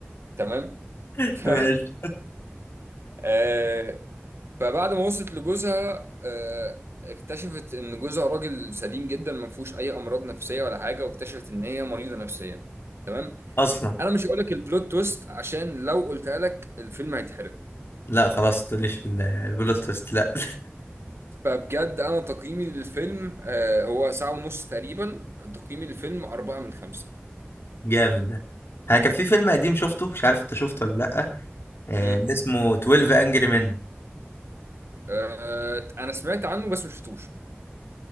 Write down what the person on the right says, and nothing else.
تمام
ف...
<laughs> فبعد ما وصلت لجوزها آه، اكتشفت ان جوزها راجل سليم جدا ما فيهوش اي امراض نفسيه ولا حاجه واكتشفت ان هي مريضه نفسيا تمام
انا مش هقول لك البلوت تويست عشان لو قلتها لك الفيلم هيتحرق
فبجد انا تقييمي للفيلم آه، هو ساعه ونص تقريبا تقييمي للفيلم أربعة من خمسة
مم.
آه، انا سمعت عنه بس ما شفتوش